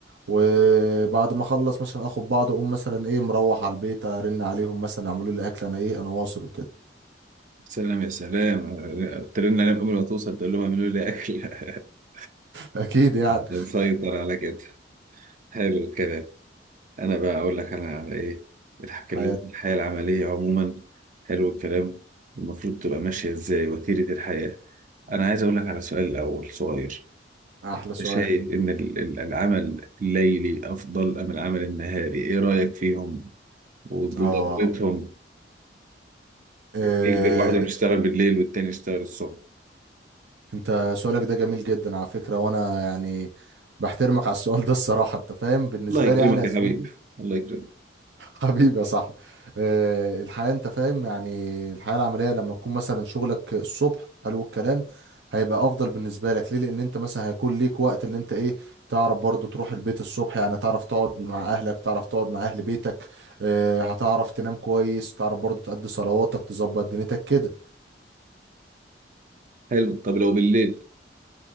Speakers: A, on the right; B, on the right.
A: وبعد ما اخلص مثلا اخد بعض اقوم مثلا ايه مروح على البيت ارن عليهم مثلا اعملوا لي اكل انا ايه انا واصل وكده
B: سلام يا سلام ترن عليهم قبل ما توصل تقول لهم اعملوا لي أكل <laughs>
A: <laughs> اكيد يعني
B: مسيطر على كده حلو الكلام أنا بقى أقول لك أنا على إيه بتكلم
A: حياتي
B: الحياة العملية عموما حلو الكلام المفروض تبقى ماشية ازاي وتيرة الحياة أنا عايز أقول لك على سؤال الأول صغير
A: احلى سؤال
B: شايف إن ال- ال- العمل الليلي أفضل أم العمل النهاري؟ إيه رأيك فيهم وضرورتهم؟
A: اه إيه
B: يقدر واحد يشتغل بالليل والتاني يشتغل الصبح.
A: انت سؤالك ده جميل جدا على فكرة وانا يعني بحترمك على السؤال ده الصراحة انت فاهم بالنسبة
B: الله يكرمك
A: لي يعني يا
B: يا
A: زميلي
B: حبيبي، الله يكرمك.
A: <laughs> حبيبي يا صاحبي آه، الحياة انت فاهم يعني الحياة العملية لما تكون مثلا شغلك الصبح حلو الكلام هيبقى افضل بالنسبة لك ليه لان انت مثلا هيكون ليك وقت اللي انت ايه تعرف برضو تروح البيت الصبح يعني تعرف تقعد مع اهلك تعرف تقعد مع اهل بيتك آه، هتعرف تنام كويس تعرف برضو تأدي صلواتك تظبط دنيتك كده
B: حلو، طب لو بالليل؟